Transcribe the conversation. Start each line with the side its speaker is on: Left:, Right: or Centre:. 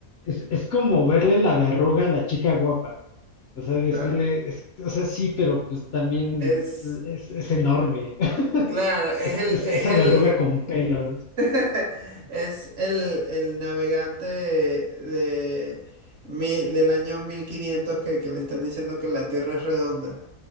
Left: es es como verle la verruga a la chica guapa. O sea, decirle,
Right: Claro.
Left: es- o sea, sí, pero pues también
Right: Es,
Left: es, es enorme. <laughs>
Right: claro, es
Left: Es, es-
Right: el, es
Left: esa
Right: el,
Left: verruga con pelos.
Right: <laughs> es el, el navegante de, mi- del año 1500 que, que le están diciendo que la Tierra es redonda.